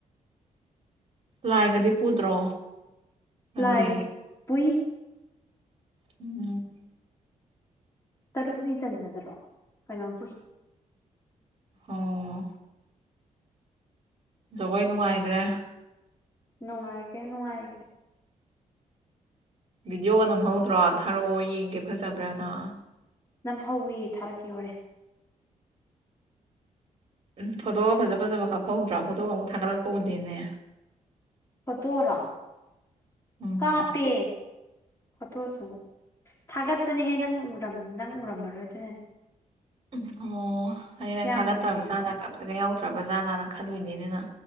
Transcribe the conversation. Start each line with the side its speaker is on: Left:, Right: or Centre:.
Right: ꯂꯥꯏꯒꯗꯤ ꯄꯨꯗ꯭ꯔꯣ ꯅꯪꯗꯤ
Left: ꯂꯥꯏ ꯄꯏ
Right: ꯎꯝ
Left: ꯇꯔꯨꯛꯅꯤ ꯆꯟꯕꯗꯔꯣ ꯀꯩꯅꯣꯝ ꯄꯨꯏ
Right: ꯑꯣ ꯖꯒꯣꯏ ꯅꯨꯡꯉꯥꯏꯈ꯭ꯔꯦ
Left: ꯅꯨꯡꯉꯥꯏꯒꯦ ꯅꯨꯡꯉꯥꯏꯒꯦ
Right: ꯚꯤꯗꯤꯑꯣꯒ ꯅꯝꯍꯧꯗ꯭ꯔꯣ ꯊꯥꯔꯛꯑꯣ ꯌꯦꯡꯒꯦ ꯐꯖꯕ꯭ꯔꯅ
Left: ꯅꯝ ꯍꯧꯧꯋꯤ ꯊꯥꯔꯛꯀꯦ ꯍꯣꯔꯦ
Right: ꯎꯝ ꯐꯣꯇꯣꯒ ꯐꯖ ꯐꯖꯕ ꯀꯥꯞꯐꯧꯗ꯭ꯔꯥ ꯐꯣꯇꯣꯒ ꯑꯃꯨꯛ ꯊꯥꯒꯠꯂꯛꯄ ꯎꯗꯦꯅꯦ
Left: ꯐꯠꯇꯣꯔꯣ
Right: ꯎꯝ
Left: ꯀꯥꯞꯄꯦ ꯐꯣꯇꯣꯁꯨ ꯊꯥꯒꯠꯄꯅꯦꯍꯦ ꯅꯪ ꯅꯪ ꯎꯔꯝꯃꯔꯣꯏ ꯑꯗꯨꯅꯗꯤ
Right: ꯎꯝ ꯑꯣ ꯍꯌꯦ ꯅꯪ
Left: ꯌꯥꯝꯅꯕꯨꯗꯤ
Right: ꯊꯥꯒꯠꯇ꯭ꯔꯕꯖꯥꯠꯅ ꯑꯝꯇꯒ ꯌꯥꯎꯗ꯭ꯔꯕꯖꯥꯠꯅꯅꯪ ꯈꯂꯕꯤꯅꯤꯅꯅ